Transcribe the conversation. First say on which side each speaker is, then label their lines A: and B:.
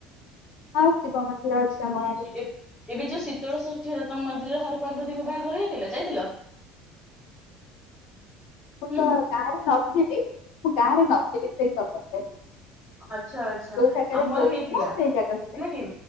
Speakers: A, on the left; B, on the left.
A: ହଁ ଶିବ ମନ୍ଦିର ଅଛି ଆମ ଗାଁ ରେ।
B: ଏ ଏବେ ଯୋଉ ଶୀତଳ ଷଷ୍ଠୀ ହେଲା ତମ ମନ୍ଦିରର ହର ପାର୍ବତୀଙ୍କ ବାହାଘର ହେଇଥିଲା ଯାଇଥିଲ।
A: ମୁଁ
B: ହୁଁ।
A: ତ ଗାଁରେ ନଥିଲି ମୁଁ ଗାଁ ରେ ନଥିଲି ସେଇ ସମୟରେ।
B: ଆଛା ଆଚ୍ଛା
A: ଯୋଉ ଜାଗାରେ
B: ଆମର
A: ହଉଥିଲା
B: ହେଇଥିଲା
A: ସେଇ ଜାଗାକୁ
B: ହେଲା
A: ଯାଏ
B: କି